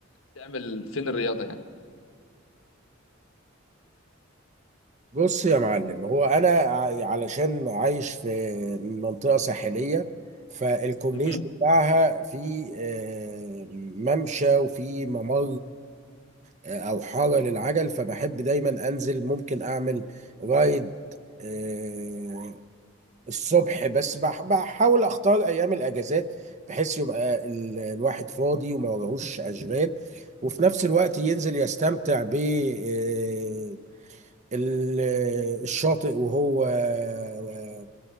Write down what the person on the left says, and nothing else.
تعمل فين الرياضه يعني
مهم.